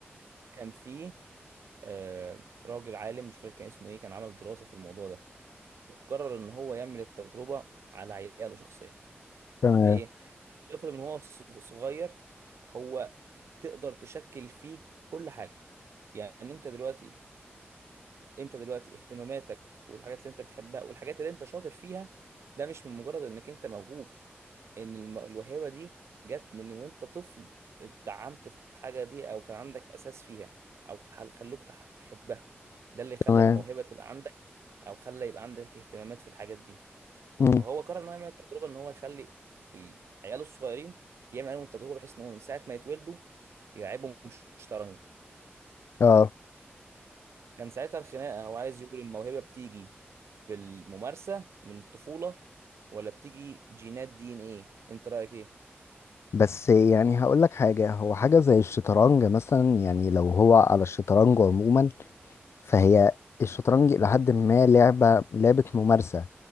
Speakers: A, on the right; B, on the left.
A: كان فيه آه راجل عالم مش فاكر كان اسمه إيه كان عمل دراسة في الموضوع ده وقرر إن هو يعمل التجربة على عياله شخصيا
B: تمام
A: بإيه؟ الطفل من هو ص- صغير هو تقدر تشكل فيه كل حاجة يعني انت دلوقتي انت دلوقتي اهتماماتك والحاجات اللي انت بتحبها والحاجات اللي انت شاطر فيها ده مش من مجرد انك انت موهوب ان الم- الموهبة دي جت من وانت طفل اتدعمت في الحاجة دي او كان عندك اساس فيها او حل- خلوك تح- تحبها ده اللي خلى
B: تمام
A: الموهبة تبقى عندك او خلى يبقى عندك اهتمامات في الحاجات دي
B: امم
A: فهو قرر ان هو يعمل التجربة ان هو يخلي ال- عياله الصغيرين يعمل عليهم التجربة بحيث ان هو من ساعة ما يتولدوا يلعبهم شطرنج
B: اه
A: كان ساعتها الخناقة هو عايز يقول الموهبة بتيجي بالممارسة من الطفولة ولا بتيجي جينات دي ان ايه انت رأيك ايه
B: بس يعني هقول لك حاجة هو حاجة زي الشطرنج مثلا يعني لو هو على الشطرنج عموما فهي الشطرنج إلى حد ما لعبة لعبة ممارسة